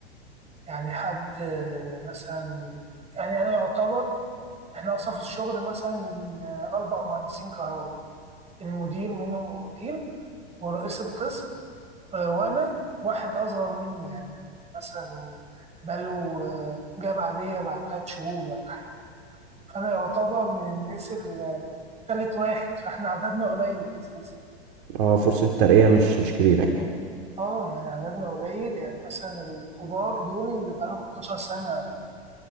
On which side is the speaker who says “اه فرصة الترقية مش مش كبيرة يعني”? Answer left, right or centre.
Right